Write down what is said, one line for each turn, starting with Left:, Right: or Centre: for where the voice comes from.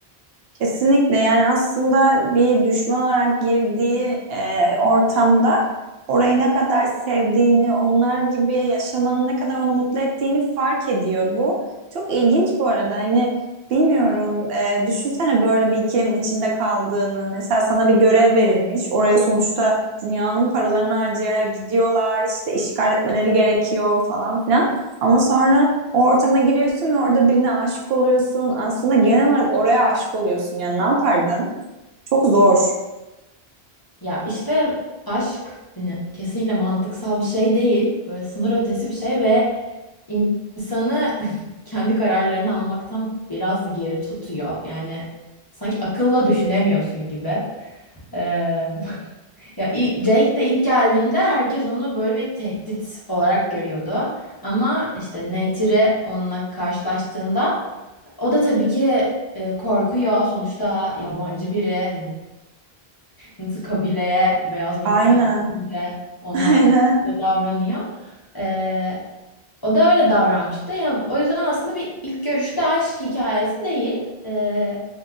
Right: Kesinlikle yani aslında bir düşman olarak girdiği e, ortamda orayı ne kadar sevdiğini, onlar gibi yaşamanın ne kadar onu mutlu ettiğini fark ediyor. Bu çok ilginç bu arada. Hani bilmiyorum e, düşünsene böyle bir ikilemin içinde kaldığını. Mesela sana bir görev verilmiş. Oraya sonuçta dünyanın paralarını harcayarak gidiyorlar. işte işgal etmeleri gerekiyor falan filan. Ama sonra o ortama giriyorsun ve orada birine aşık oluyorsun. Aslında genel olarak oraya aşık oluyorsun. Yani ne yapardın? Çok zor.
Left: Ya işte aşk hani kesinlikle mantıksal bir şey değil. Böyle sınır ötesi bir şey ve in- insanı <laughs> kendi kararlarını almaktan biraz da geri tutuyor. Yani sanki akılla düşünemiyorsun gibi. Ee, <laughs> ya i- Jake de ilk geldiğinde herkes onu böyle bir tehdit olarak görüyordu. Ama işte Neytiri onunla karşılaştığında o da tabii ki e, korkuyor. Sonuçta yabancı biri. Hani nasıl kabileye beyaz bir
Right: Aynen.
Left: insan gelince onlar
Right: <laughs> Aynen.
Left: böyle davranıyor. Ee, o da öyle davranmıştı. Yani o yüzden aslında bir ilk görüşte aşk hikayesi değil. Ee,